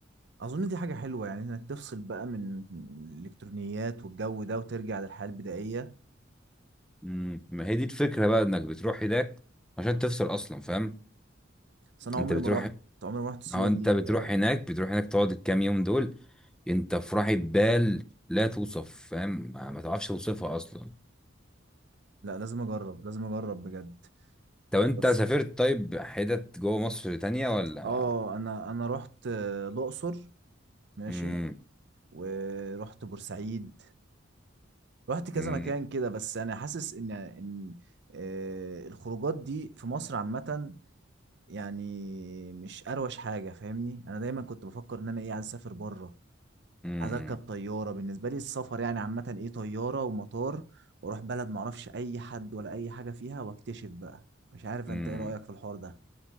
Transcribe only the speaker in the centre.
مم. ما هي دي الفكرة بقى انك بتروح هناك عشان تفصل اصلا فاهم
انت بتروح
او انت
بتروح
هناك بتروح هناك تقعد الكام يوم دول انت في راحة بال لا توصف فاهم ما ما تعرفش توصفها اصلا
طب انت
سافرت طيب حتت جوه مصر تانية ولا
مم.
مم.
مم.
مم.